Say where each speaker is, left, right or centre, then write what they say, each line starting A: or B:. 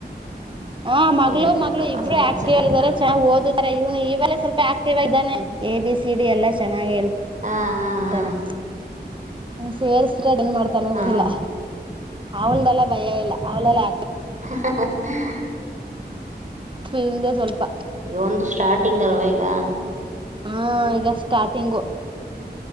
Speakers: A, on the right; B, on the right.
A: ಹಾ ಮಗಳು
B: ಹೇಳ್ಬೇಕಪ್ಪಾ
A: ಮಗಳು ಇಬ್ರು
B: ಸಮಾಚಾರ
A: ಆಕ್ಟಿವ್ ಅಲ್
B: ಎಲ್ಲ
A: ಇದಾರೆ ಚೆನಾಗ್ ಓದುತಾರೆ ಇವ್ನು ಇವಲ್ಲೇ ಸ್ವಲ್ಪ ಆಕ್ಟಿವ್ ಆಗ್ ಇದಾನೆ ಎ ಬಿ ಸಿ ಡಿ ಎಲ್ಲ ಚೆನಾಗಿ ಹೇಳ್
B: ಹಾ ಹಾ ಹಾ
A: ತನೆ ನೀವ್ ಸೇರ್ಸ್ <unintelligible> ಮಾಡ್ತಾನೋ
B: ಹಾ
A: ಗೊತ್ತಿಲ್ಲ ಅವ್ನ್ದೆಲ್ಲ ಭಯ ಇಲ್ಲ ಅವಳಲ್ಲಾ
B: ಹ
A: ಹಮ್ದೇ ಸ್ವಲ್ಪ
B: ಒಂದು ಸ್ಟಾರ್ಟಿಂಗ್ ಅಲ್ವೇಗ
A: ಹಾ ಈಗ ಸ್ಟಾರ್ಟಿಂಗು